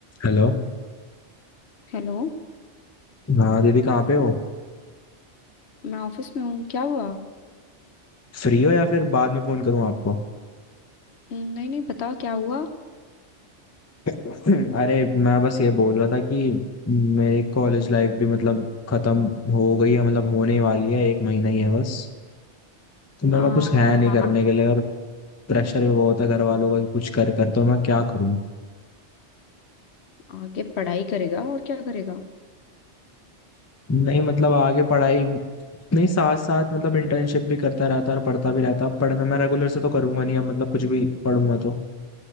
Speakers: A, on the left; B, on the left.
A: Hello
B: हेलो
A: हाँ दीदी कहाँ पे हो
B: मैं ऑफिस में हूँ क्या हुआ
A: फ्री हो या फिर बाद में फोन करूँ आपको
B: हम्म, नहीं नहीं बताओ क्या हुआ
A: <clears throat> अरे मैं बस ये बोल रहा था कि मेरी कॉलेज लाइफ भी मतलब खत्म हो गई है मतलब होने वाली है एक महीना ही है बस तो मेरे
B: आ,
A: पास कुछ है नहीं
B: हाँ
A: करने के लिए और प्रेशर भी बहुत है घर वालों का कि कुछ कर कर तो मैं क्या करूँ
B: आगे पढ़ाई करेगा और क्या करेगा
A: नहीं मतलब आगे पढ़ाई नहीं साथ साथ मतलब इंटर्नशिप भी करता रहता और पढ़ता भी रहता अब पढ़ना मैं रेगुलर से तो करूंगा नहीं अब मतलब कुछ भी पढ़ूंगा तो